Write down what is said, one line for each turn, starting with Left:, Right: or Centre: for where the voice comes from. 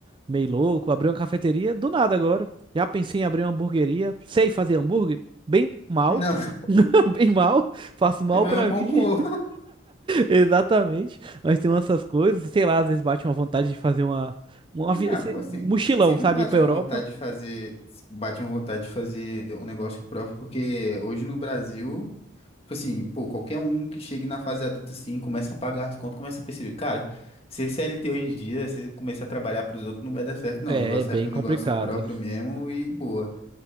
Right: meio louco, abrir uma cafeteria, do nada agora. Já pensei em abrir uma hamburgueria, sei fazer hambúrguer, bem mal,
Left: Não, <laughs>
Right: <laughs> bem mal, faço mal
Left: você vai
Right: pra
Left: um pão
Right: mim.
Left: com
Right: Exatamente, mas tem essas coisas, sei lá, às vezes bate uma vontade de fazer uma, uma vi-
Left: Ah,
Right: esse
Left: bo- assim,
Right: mochilão,
Left: sempre
Right: sabe,
Left: bate
Right: ir pra
Left: uma
Right: Europa.
Left: vontade de fazer, bate uma vontade de fazer um negócio próprio, porque hoje no Brasil, tipo assim, pô, qualquer um que chegue na fase adulta assim, começa a pagar as contas, começa a perceber, cara, ser CLT hoje em dia, você começar a trabalhar pros outros, não vai dar certo, não.
Right: É,
Left: O negócio
Right: é bem
Left: é abrir um
Right: complicado.
Left: negócio próprio mesmo e boa.